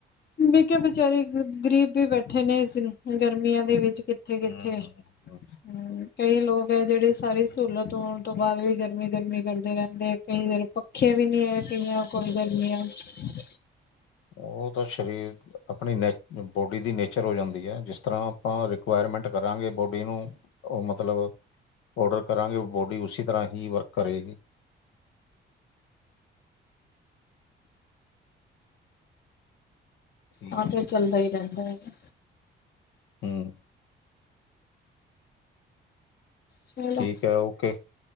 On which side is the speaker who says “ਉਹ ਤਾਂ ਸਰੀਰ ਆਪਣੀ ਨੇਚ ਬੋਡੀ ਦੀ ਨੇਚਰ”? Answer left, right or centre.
Left